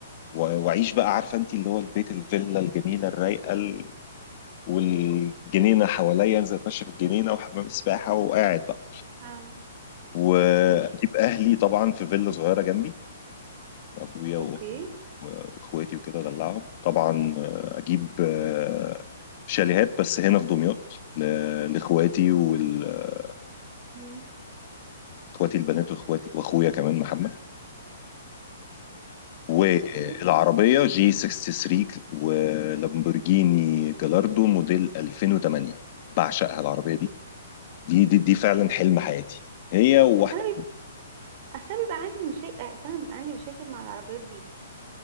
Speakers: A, on the left (about 35°); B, on the right (about 35°).
A: و- واعيش بقى عارفه انت اللي هو البيت الفيلا الجميله الرايقه والجنينه حواليا انزل اتمشى في الجنينه وحمام السباحه وقاعد بقى
B: آه.
A: واجيب
B: ماشي
A: اهلي طبعا في فيلا صغيره جنبي ابويا وامي
B: اوكي
A: واخواتي وكده ادلعهم طبعا آه، اجيب آه، شاليهات بس هنا في دمياط ل- لاخواتي واخواتي
B: مم.
A: البنات واخواتي واخويا كمان محمد والعربيه
B: اوكي
A: جي 63 ولامبورجيني جلاردو موديل 2008 بعشقها العربيه دي دي دي, دي فعلا حلم حياتي هي وواحده
B: اصل انا بيب... اصل أنا بيبقى عندي مشاكل اصل انا بيبقى عندي مشاكل مع العربيات دي